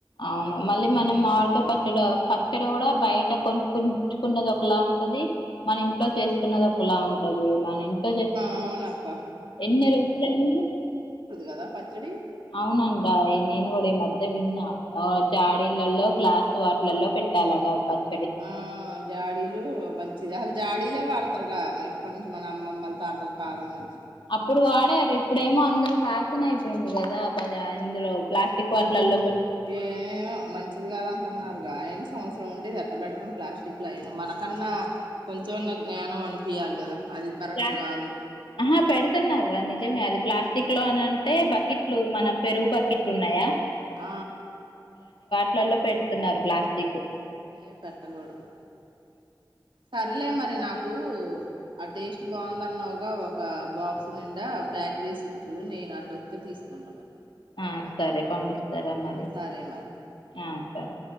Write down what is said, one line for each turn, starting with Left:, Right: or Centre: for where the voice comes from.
Left: అవును మళ్ళీ మనం మామిడికాయ పచ్చడ పచ్చడ కూడా బయట కొనుకోచుకున్నది ఒకలా ఉం టది మన ఇంట్లో చేసుకున్నది ఒకలా ఉంటది మన ఇంట్లో చేస్
Right: అవునక్కా
Left: ఎన్ని రోజులైంది
Right: కదా పచ్చడి
Left: అవునంట ఇది నేను కూడా విన్న తే విన్నా అ జాడీలళ్ళో గ్లాస్ వాటిలల్లో పెట్టాలట పచ్
Right: ఆ జాడీలు మంచి జ జాడీలే వాడుతారు కద ఎప్పటినుంచో మన అమ్మమ్మల తాతల కాలం నుంచి
Left: అప్పుడు వాడారు ఇప్పుడేమో అందరు ఫ్యాషన్ అయిపోయింది కదా పజ ఇందులో ప్లాస్టిక్ వాట్లల్లో
Right: ఏమో మంచిది కాదంటున్నారుగా ఆయన సంవత్సరం ఉండేది ఎట్ట పెెడుతాం ప్లాస్టిక్ లో అయినా మనకన్నా కొంచెం అన్నా జ్ఞానం అనిపిియ్యాలి కదా అది కరెక్ట్
Left: ప్లాస్
Right: కాదు
Left: ఆహా పెడుతున్నర్ర నిజమే అది ప్లాస్టిక్ లో అని అం టే బకెట్లు మన పెరుగు బకెట్లు ఉన్నాయా
Right: అ
Left: ట్లళ్ళో పెడుతున్నారు ప్లాస్టిక్
Right: ఏ పెట్టకూడదు సరిలే మరి నాకు కు అ టేస్ట్ బాగుందన్నావుగా ఒక బాక్స్ నిండా ప్యాక్ చేసి ఉంచు నే నేనటోతే తీసుకుంటా మరి
Left: ఆ సరే పంపిస్తారా
Right: ఆ
Left: మరి
Right: సరే మరి
Left: ఆ సరే